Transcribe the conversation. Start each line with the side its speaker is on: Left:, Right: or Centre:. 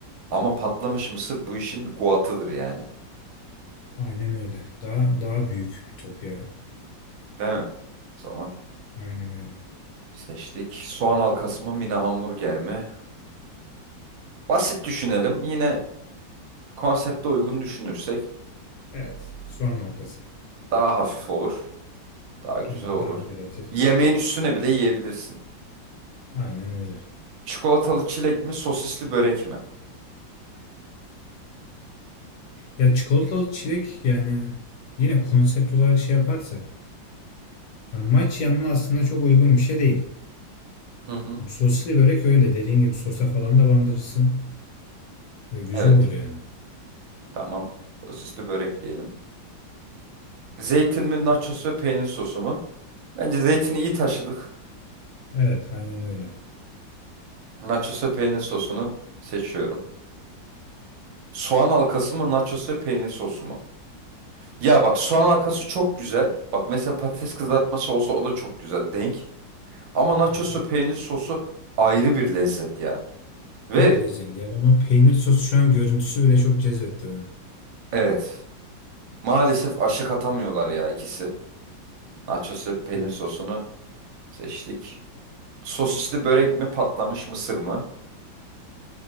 Right: Ama patlamış mısır bu işin guatıdır yani.
Left: Aynen öyle. Daha daha büyük bir top ya.
Right: Değil mi? O zaman
Left: Aynen öyle.
Right: seçtik. Soğan halkası mı mini hamburger mi? Basit düşünelim. Yine konsepte uygun düşünürsek
Left: Evet. Soğan halkası.
Right: daha hafif olur. Daha güzel
Left: Yani
Right: olur.
Left: daha operatif.
Right: Yemeğin üstüne bile yiyebilirsin.
Left: Aynen öyle.
Right: Çikolatalı çilek mi sosisli börek mi?
Left: Ya çikolatalı çilek yani yine konsept olarak şey yaparsak ya maç yanına aslında çok uygun bir şey değil.
Right: Hı hı.
Left: Şimdi soslu börek öyle dediğin gibi sosa falan da bandırırsın ve güzel
Right: Evet.
Left: olur yani.
Right: Tamam. Sosisli börek diyelim. Zeytin mi nachos ve peynir sosu mu? Bence zeytini iyi taşıdık.
Left: Evet, aynen öyle.
Right: Nachos ve peynir sosunu seçiyorum. Soğan halkası mı nachos ve peynir sosu mu? Ya bak soğan halkası çok güzel. Bak mesela patates kızartması olsa o da çok güzel denk. Ama nachosu
Left: Hı hı.
Right: peynir sosu ayrı bir lezzet ya.
Left: Çok
Right: Ve
Left: lezzetli ya. Ben o peynir sosu şu an görüntüsü bile çok cezbetti beni.
Right: evet maalesef aşık atamıyorlar ya ikisi. Nachosu peynir
Left: Evet.
Right: sosunu seçtik. Sosisli börek mi patlamış mısır mı?